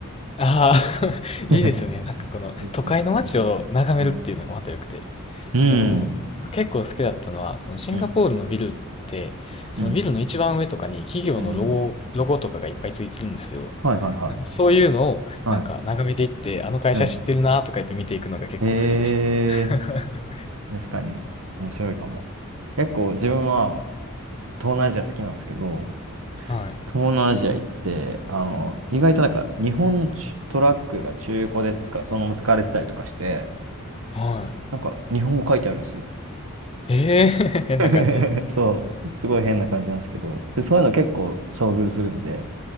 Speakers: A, on the left; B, on the right.
A: ああ、<laughs> いいですよね。
B: <laughs>
A: なんかこの都会の街を眺めるっていうのがまた良くて。
B: そうそうそう。うん。うん。
A: その、結構好きだったのは、そのシンガポールのビルって、
B: うん。
A: そのビルの一番上とかに企業のロゴ、
B: うん。うん。
A: ロゴとかがいっぱいついてるんですよ。
B: はいはいはい。
A: なんかそういうのをなんか眺めていって、
B: はい。
A: あの会社知ってるなとか言って見ていくのが結構好きでした。
B: うん。え
A: <laughs>
B: ー、確かに面白いかも。結構自分は東南アジア好きなんですけど、
A: はい。
B: 東南アジア行って、あの、意外となんか日本のちゅトラックが中古で使う、そのまま使われてたりとかして、
A: はい。
B: なんか日本語書いてあるんですよ。
A: ええ <laughs> 変な感じ。
B: <laughs> そう、すごい変な感じなんですけど、で、そういうの結構遭遇するんで、